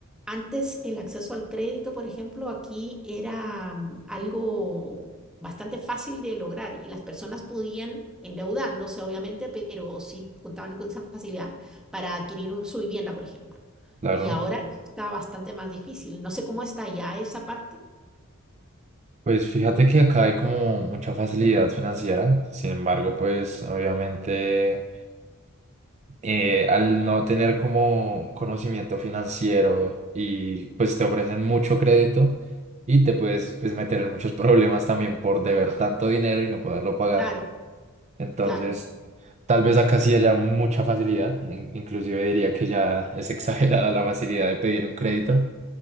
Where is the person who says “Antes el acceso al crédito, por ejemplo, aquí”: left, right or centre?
Centre